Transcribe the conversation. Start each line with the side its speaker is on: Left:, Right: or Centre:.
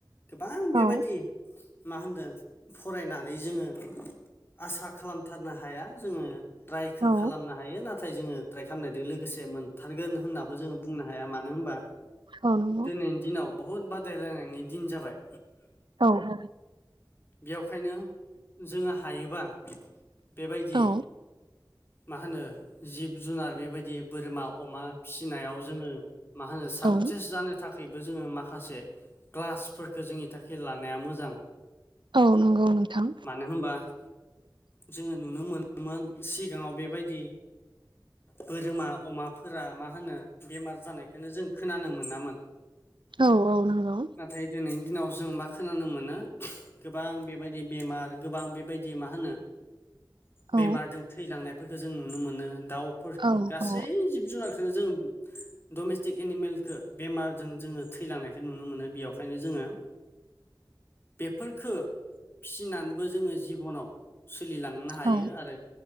Left: आं बेबायदि
Right: औ
Left: मा होनदों फरायनानै जोङो आसा खालामथारनो हाया जोङो रायखौ
Right: औ
Left: खालाम नो हायो नाथाय जोङो ट्राइ खालामनायजों लोगोसे मोनथारगोन होननाबो जोङो बुंनो हाया मानो होनबा
Right: औ नंगौ
Left: दिनैनि दिनाव बहुद बादायलायनायनि दिन जाबाय
Right: औ औ
Left: बेखायनो जोङो थायोबा बेबायदि
Right: औ
Left: मा होनो जिब जुनार बेबायदि बोरमा अमा फिसिनायाव जोङो मा होनो साक्सेस
Right: औ
Left: जानो थाखाय थाखायबो जोङो माखासे क्लासफोरफोरखौ जोंनि थाखाय लानाया मोजां
Right: औ नंगौ नोंथां
Left: मानो होनबा जोङो नुनो मोनोमोन सिगाङाव बेबायदि बोरमा अमाफोरा मा होनो बेमार जानायखौनो जों खोनानो मोनामोन।
Right: औ औ नंगौ
Left: नाथाय दिनैनि दिनाव जों मा खोनानो मोनो गोबां बेबायदि बेमार गोबां बेबायदि मा होनो बेमारजों
Right: औ
Left: थैलांनायफोरखौ जों नुनो मोनो दाउफोरफोरखौ
Right: औ
Left: गासै
Right: औ
Left: जिब जुनारखौनो जों डमेस्टिक एनिमेलखौ बेमारजों जोङो थैलांनायखौ नुनो मोनो बेयावखायनो जोङो बेफोरखो फिनानैबो जोङो जिबनाव सोलिलांनो हायो
Right: औ
Left: आरो